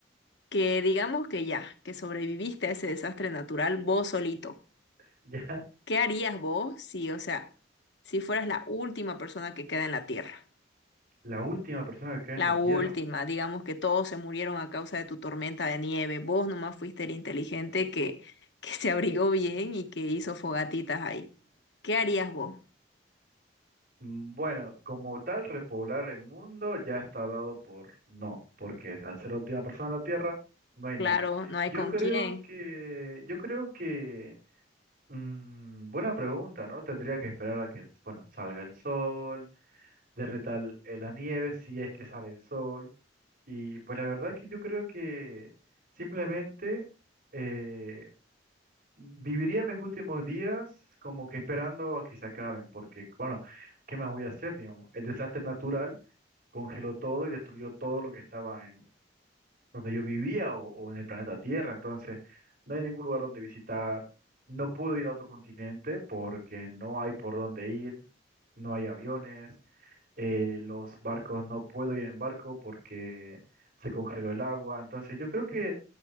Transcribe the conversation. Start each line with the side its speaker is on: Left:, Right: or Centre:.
Left: que digamos que ya, que sobreviviste a ese desastre natural vos solito.
Right: <laughs> Ya
Left: ¿Qué harías vos si, o sea, si fueras la última persona que queda en la Tierra?
Right: la última persona que cae
Left: La
Right: en la Tierra.
Left: última, digamos que todos se murieron a causa de tu tormenta de nieve, vos nomás fuiste el inteligente que, que se abrigó bien y que hizo fogatitas ahí. ¿Qué harías vos?
Right: Mm, Bueno, como tal, repoblar el mundo ya está dado por no, porque al ser la última persona en la Tierra, no hay
Left: Claro,
Right: nadie.
Left: no hay
Right: Yo
Left: con
Right: creo
Left: quién.
Right: que, yo creo que, mm, buena pregunta, ¿no? Tendría que esperar a que, bueno, salga el sol, derrita el- la nieve si es que sale el sol Y pues la verdad es que yo creo que simplemente eh, viviría mis últimos días como que esperando a que se acaben, porque bueno, ¿qué más voy a hacer? Digamos, el desastre natural congeló todo y destruyó todo lo que estaba en donde yo vivía o, o en el planeta Tierra, entonces no hay ningún lugar donde visitar, no puedo ir a otro continente porque no hay por dónde ir, no hay aviones, eh, los barcos no puedo ir en barco porque se congeló el agua. Entonces yo creo que